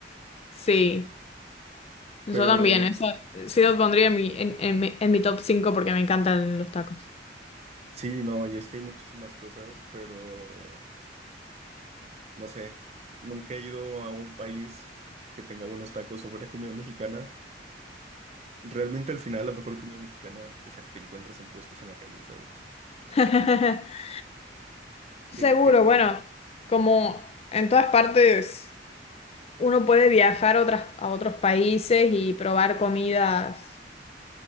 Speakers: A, on the left (about 35°); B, on the right (about 40°).
A: Sí, yo
B: Pero
A: también. Eso sí lo pondría en mi, en, en mi, en mi top cinco porque me encantan los tacos.
B: sí, no, y es que hay muchísimas cosas, pero no sé. Nunca he ido a un país que tenga buenos tacos o buena comida mexicana. Realmente al final la mejor comida mexicana es la que te encuentras en puestos en la calle, ¿sabes?
A: <laughs> Seguro,
B: Que, que re-
A: bueno, como en todas partes uno puede viajar a, otras, a otros países y probar comidas.